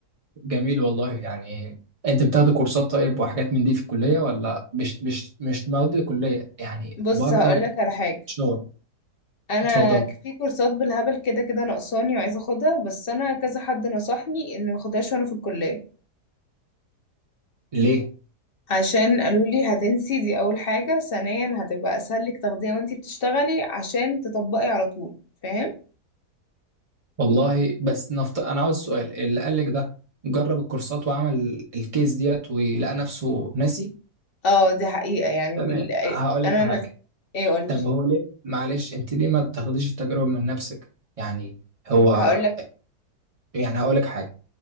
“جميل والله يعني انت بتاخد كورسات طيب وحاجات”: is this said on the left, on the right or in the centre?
Right